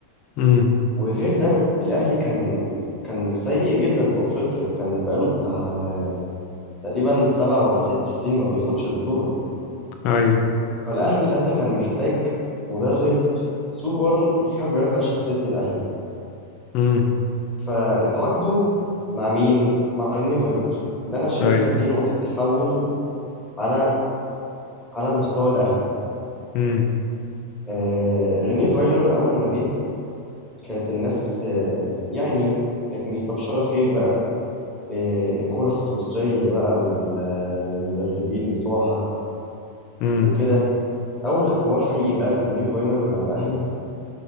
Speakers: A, on the left; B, in the centre.
A: امم
B: وغير ده الأهلي كان كان سيء جدا في أفريقيا كان بقاله بتاع تقريبا سبع ولا ست سنين ما بياخدش البطولة
A: ايوه
B: فالأهلي ساعتها كان محتاج مدرب سوبر يحاول يرجع شخصية الأهلي
A: امم
B: فاتعاقدوا مع مين؟ مع ريني فايلر اللي انا شايفها
A: ايوه
B: دي نقطة تحول على على مستوى الاهلي
A: امم
B: آه ريني فايلر اول ما جه كانت الناس آه يعني كانت مستبشرة خير بقى آه الكرة السويسرية بقى وال- آه، والمدربين بتوعها
A: امم
B: وكده اول اختبار حقيقي بقى لريني فايلر مع الاهلي